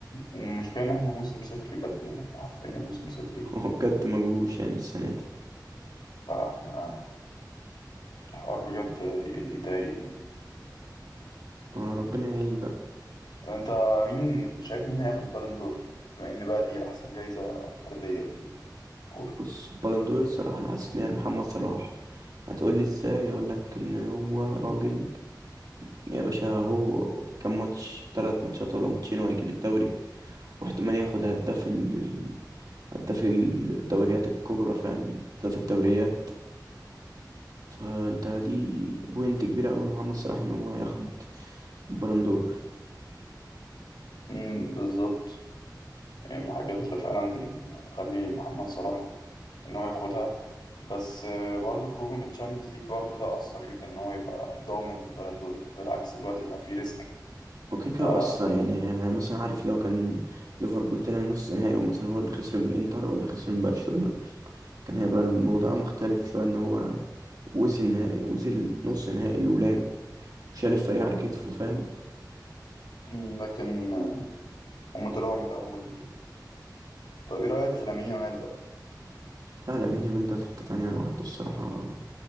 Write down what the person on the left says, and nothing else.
والمشكلة ان احنا موسم صفري بجد يعني احنا حرفيا موسم صفري
فاحنا الحوار بجد ي- يضايق يعني
طب انت مين شايف مين هياخد بالون دور بما ان بقى دي احسن جايزة فردية في الكورة
مم، بالظبط يعني من الحاجات اللي فعلا هتخلي محمد صلاح ان هو ياخدها بس آه، برضه خروجه من الشامبيونز ليج برضه ده أثر جدا ان هو يبقى ضامن بلندور بالعكس دلوقتي بقى فيه ريسك
انت
رافين
مم، لكن آه، هما طلعوا من الأول و... طب ايه رأيك في لامين يامال بقى؟